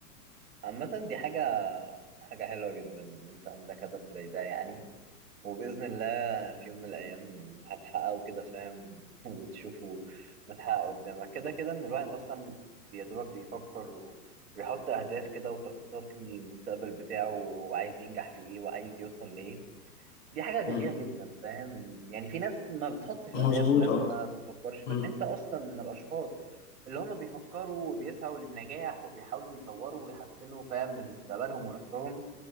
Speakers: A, on the right; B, on the left.
A: عامه دي حاجه حاجه حلوه جدا ان انت عندك هدف زي ده يعني وبإذن الله في يوم من الأيام هتحققوا كده فاهم <laughs> وتشوفوا متحقق قدامك كده كده إن الواحد أصلا يا دوبك بيفكر و... ويحط أهداف كده وتخطيط للمستقبل بتاعه وهو عايز ينجح في إيه وعايز يوصل لإيه دي حاجة جميلة
B: مم.
A: جدا فاهم إن- يعني في ناس ما بتحطش أهداف
B: مظبوط
A: وناس
B: اه
A: ما بتفكرش فإن
B: مم.
A: أنت أصلا من الأشخاص اللي هما بيفكروا وبيسعوا للنجاح وبيحاولوا يطوروا ويحسنوا فاهم من مستقبلهم ونفسهم